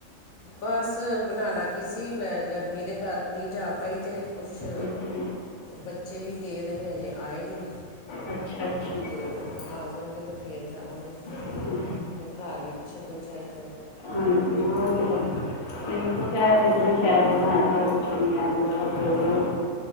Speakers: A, on the left; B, on the left.
A: ਬਸ ਬਣਾਉਣਾ ਕੀ ਸੀ ਵ ਗਰਮੀ ਦੇ ਕਾਰਨ ਨਹੀਂ ਜਾ ਪਾਈ ਤੇ ਕੁਛ
B: ਅੱਛਾ
A: ਬੱਚੇ ਵੀ ਗਏ ਦੇ ਨੇ ਅਜੇ ਆਏ ਨਹੀਂ।
B: ਅੱਛਾ, ਅੱਛਾ।
A: ਅਤੇ ਆ ਜਾਣਗੇ ਤੇ ਫਿਰ ਜਾਵਾਂਗੇ,
B: ਚਲੋ
A: ਫਿਰ ਘਰ ਵੀ ਪਿੱਛੇ ਕੋਈ ਚਾਹੀਦਾ।
B: ਹਾਂਜੀ। ਹਾ ਤੇ ਪੰਰਤੁ ਕਹ ਰਹੇ ਸੀ, ਸ਼ਹਿਦ ਬਣਾਇਆ ਹੋਵੇ ਤੇ ਸ਼ਨੀ ਐਤਵਾਰ